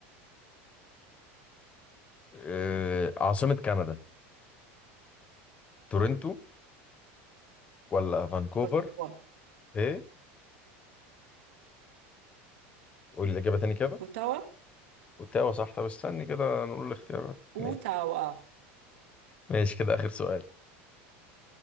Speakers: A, on the left; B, on the right.
A: آه، عاصمة كندا تورنتو ولا فانكوفر
B: اوتاوا
A: ايه قول الإجابة تاني كده
B: اوتاوا
A: اوتاوا صح طب استني كده نقول الاختيارات
B: اوتاوا
A: ماشي ماشي كده اخر سؤال